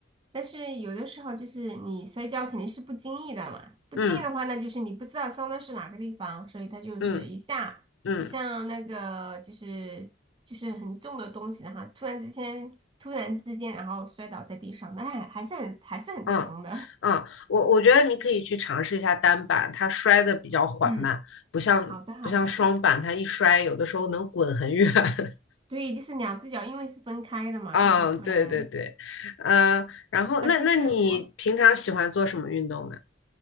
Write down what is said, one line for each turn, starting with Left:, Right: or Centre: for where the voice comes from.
Right: 但是有的时候就是你摔跤肯定是不经意的嘛，不经意的话呢，
Left: 嗯
Right: 那就是你不知道伤的是哪个地方，所以它就是一下，
Left: 嗯嗯。
Right: 就像那个就是就是很重的东西，然后突然之间突然之间，然后摔倒在地上，但还还是很还是很疼的。
Left: 嗯嗯，我我觉得你可以去尝试一下单板，它摔的比较缓慢，
Right: <laughs> 嗯。
Left: 不像不像双板，
Right: 好的，好的，
Left: 它一摔有的时候能滚很远。<laughs>
Right: 对，就是两只脚，因为是分开的嘛，
Left: 啊，
Right: 就可能
Left: 对对对，呃，然后那那你平常喜欢做什么运动呢？
Right: 啊，呃，其实我